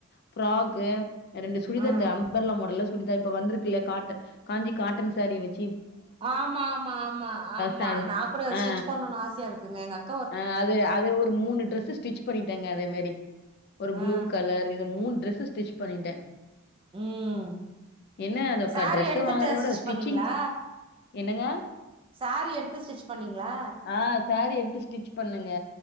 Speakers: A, on the left; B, on the right.
A: ஃப்ராக்கு ரெண்டு சுடிதார்
B: ம்.
A: அம்பர்லா மாடல்ல சுடிதார் இப்ப வந்திருக்கு இல்லையா காட்ட காஞ்சி காட்டன் சாரி வெச்
B: ஆமா ஆமா ஆமா ஆமா
A: சாரீ
B: நா கூட
A: ஆ
B: ஸ்டிச் பண்ணுன்னு ஆசையா இருக்குங்க எங்க அக்
A: ஆ அது அது ஒரு மூணு ட்ரெஸ்ஸு ஸ்டிச் பண்ணிட்டேங்க அதே மாரி ஒரு
B: ஆ,
A: ப்ளூ கலர் இது மூணு ட்ரெஸ்ஸு ஸ்டிச் பண்ணிட்டே
B: ம்
A: என்ன அதுக்கா
B: சாரி
A: ட்ரெஸ்ஸு
B: எடுத்துட்டு
A: வாங்கறதவ விட
B: ஸ்டிச்
A: ஸ்டிச்சிங்
B: பண்ணீங்களா?
A: என்னங்க
B: சாரி எடுத்து ஸ்டிச் பண்ணீங்களா?
A: ஆ சேரி எடுத்து ஸ்டிச் பண்ணங்க